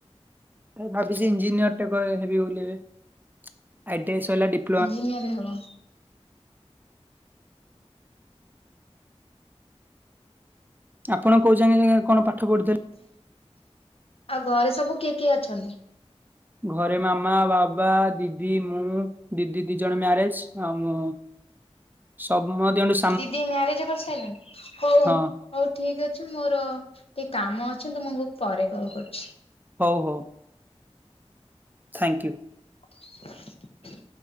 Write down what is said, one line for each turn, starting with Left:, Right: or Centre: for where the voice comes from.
Right: ମୁଁ ଭାବିଛି ଇଞ୍ଜିନିୟର ଟେ ବ ହେବି ବୋଲି ଆଇଟି ଆଇ ସରିଲା ଡିପ୍ଲୋ
Left: ଇଞ୍ଜିନିୟର ହବ।
Right: ଆପଣ କୋଉ ଯାଏଁ କଣ ପାଠ ପଢପଡିଥଲ
Left: ଆଉ ଘରେ ସବୁ କିଏ କିଏ ଅଛନ୍ତି?
Right: ଘରେ ମାମା ବାବା ଦିଦି ମୁଁ ଦିଦି ଦି ଜଣ ମ୍ୟାରେଜ ଆଉ ମୁଁ ସମ ଦୁଇ ଜଣ
Left: ଦିଦି ମ୍ୟାରେଜ କରିସାରିଲେଣି? ହୋଉ
Right: ହଁ
Left: ଠିକ ଅଛି ମୋର ଟିକେ କାମ ଅଛି ମୁଁ ତୁମକୁ ପରେ କଲ୍ କରୁଛି।
Right: ହୋଉ ହୋଉ। Thank you.
Left: <inaudible>